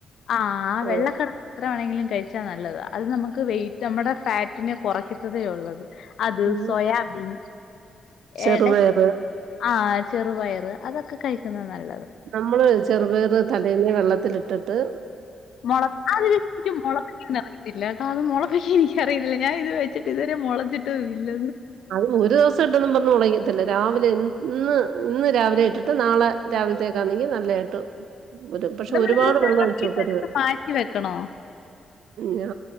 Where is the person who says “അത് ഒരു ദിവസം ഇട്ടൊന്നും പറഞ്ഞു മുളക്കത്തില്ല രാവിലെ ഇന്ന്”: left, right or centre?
Right